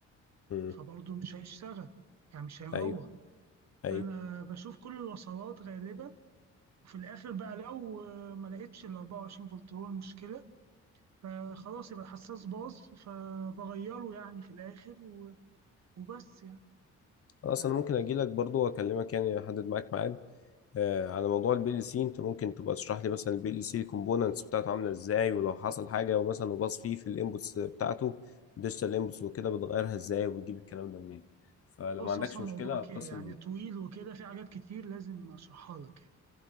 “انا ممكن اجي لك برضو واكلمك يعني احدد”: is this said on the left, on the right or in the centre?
Left